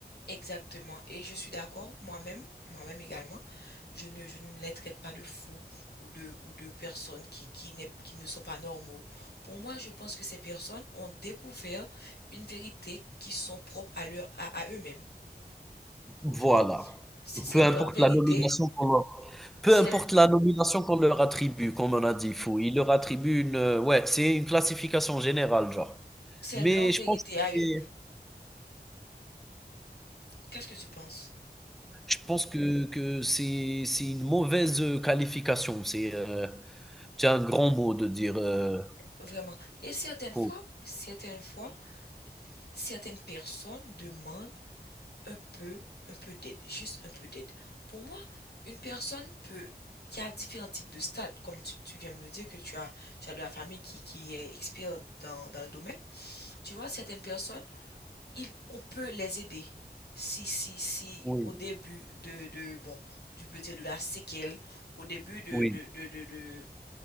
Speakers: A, on the left (about 75°); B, in the centre.
A: Exactement. Et je suis d'accord, moi-même, moi-même également, je ne, je ne les traite pas de fous ou de, ou de personnes qui, qui, n'est- qui ne sont pas normaux. Pour moi, je pense que ces personnes ont découvert une vérité qui sont propres à leur, à, à eux-mêmes.
B: Voilà.
A: Tu vois? C'est c'est
B: Peu
A: leur
B: importe
A: vérité,
B: la nomination qu'on leur, peu
A: c'est,
B: importe la nomination qu'on leur attribue, comme on a dit, fou. Ils leur attribuent une, euh, ouais, c'est une classification générale, genre.
A: c'est
B: Mais
A: leur vérité
B: je pense que
A: à eux.
B: c'est,
A: Qu'est-ce que tu penses?
B: je pense que, que c'est, c'est une mauvaise euh, qualification. C'est, euh, C'est un grand mot de dire, heu,
A: Vraiment. Et certaines
B: oh,
A: fois, certaines fois, certaines personnes demandent un peu, un peu d'aide, juste un peu d'aide. Pour moi, une personne peut... Il y a différents types de stades, comme tu, tu viens de me dire que tu as, tu as de la famille qui, qui est expert dans, dans le domaine. Tu vois, certaines personnes, ils- on peut les aider. Si, si, si,
B: oui,
A: au début de, de bon, je peux dire de la séquelle, au début de,
B: oui,
A: de, de, de, de,